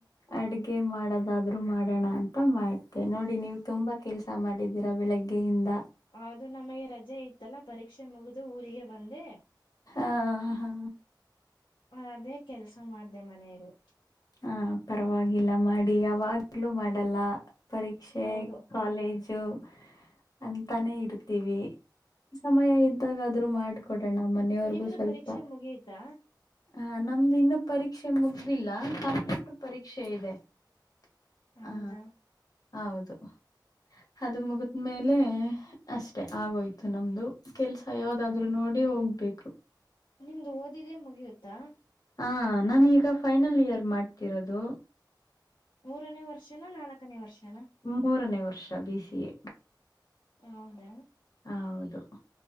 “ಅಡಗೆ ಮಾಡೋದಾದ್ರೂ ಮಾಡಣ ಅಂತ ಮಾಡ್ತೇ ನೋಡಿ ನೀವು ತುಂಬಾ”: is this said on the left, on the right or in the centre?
Left